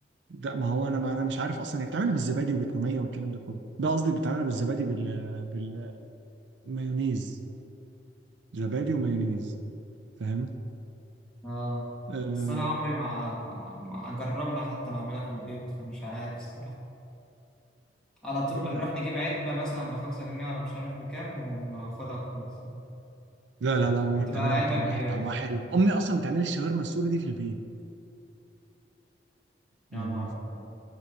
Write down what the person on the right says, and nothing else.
ده ما هو انا ما انا مش عارف اصلا هي بتعملها بالزبادي وبالتوميه والكلام ده كله ده قصدي بتعملها بالزبادي
وبال بالمايونيز زبادي ومايونيز فاهم
آه...
ليه
يعني؟
لا لا لا امي بتعملها
وبتعملها
طعمها
حلو امي اصلا بتعمل الشاورما السوري دي في البيت يعني